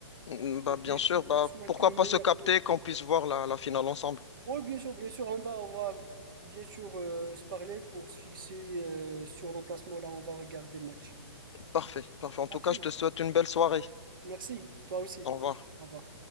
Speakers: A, on the left (about 80°); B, on the right (about 50°).
A: Mm, Bah,
B: et puis
A: bien
B: je,
A: sûr,
B: sou-
A: bah,
B: je souhaite
A: pourquoi
B: le
A: pas
B: meilleur
A: se capter,
B: pour.
A: qu'on puisse voir la, la finale ensemble.
B: Oui, bien sûr, bien sûr, on va, on va bien sûr euh, se parler pour se fixer euh, sur l'emplacement. Là, on va regarder le match.
A: Parfait, parfait. En
B: Parfait,
A: tout cas, je te souhaite une belle soirée.
B: merci, toi aussi.
A: Au revoir.
B: Au revoir.